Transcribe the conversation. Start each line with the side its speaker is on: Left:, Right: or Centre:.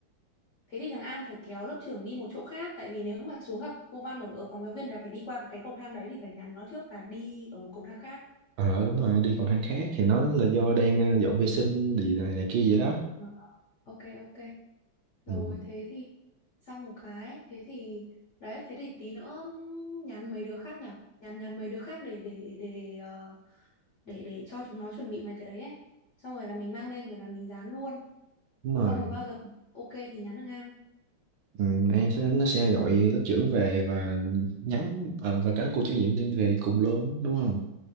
Left: Thế thì thằng An phải kéo lớp trưởng đi một chỗ khác tại vì nếu mà xuống gặp cô Văn ở, ở phòng giáo viên là phải đi qua cái, cái cầu thang đấy thì phải nhắn nó trước là đi ở một cầu thang khác.
Right: ờ đúng rồi đi cầu thang khác thì nó là do đang ờ, dọn vệ sinh gì này, này kia vậy đó
Left: Ờ, Ok ok. Rồi
Right: ừ,
Left: thế thì xong một cái, thế thì đấy, thế thì tí nữa nhắn mấy đứa khác nhỉ? Nhắn nhắn mấy đứa khác để để để ờ, để để cho chúng nó chuẩn bị mấy cái đấy ấy. Xong rồi là mình mang lên rồi là mình dán luôn.
Right: đúng rồi
Left: Xong rồi bao giờ ok thì nhắn thằng An.
Right: ừ, em sẽ nó sẽ gọi lớp trưởng về và nhắn ờ, và các cô chủ nhiệm đi về cùng luôn đúng không